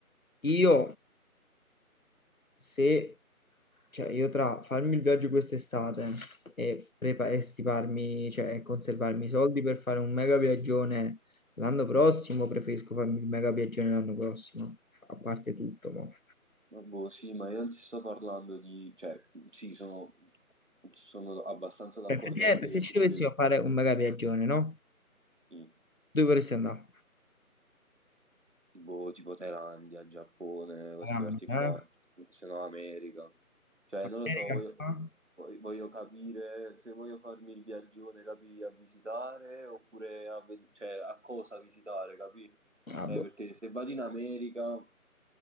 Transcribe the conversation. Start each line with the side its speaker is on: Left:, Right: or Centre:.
Left: io se Cioè, io tra farmi il viaggio quest'estate e, prepa- e stiparmi, cioè, e conservarmi i soldi per fare un mega viaggione l'anno prossimo, preferisco farmi il mega viaggione l'anno prossimo, a parte tutto, mo.
Right: Ma Boh, sì, ma io non ti sto parlando di... cioè, sì, sono, sono abbastanza d'accordo
Left: Cioè, Effettivamente,
Right: anche io
Left: se ci
Right: su
Left: dovessimo
Right: questo.
Left: fare un mega viaggione, no?
Right: Mm.
Left: Dove vorresti andare?
Right: Boh, tipo Thailandia, Giappone, queste
Left: Milano,
Right: parti
Left: eh?
Right: qua, se no America. Cioè, non lo
Left: America?
Right: so, voglio,
Left: qua?
Right: voglio- voglio capire se voglio farmi il viaggione, capì, a visitare oppure a, ve- cioè, a cosa visitare, capì?
Left: Ah,
Right: Eh,
Left: boh.
Right: perché se vado in America,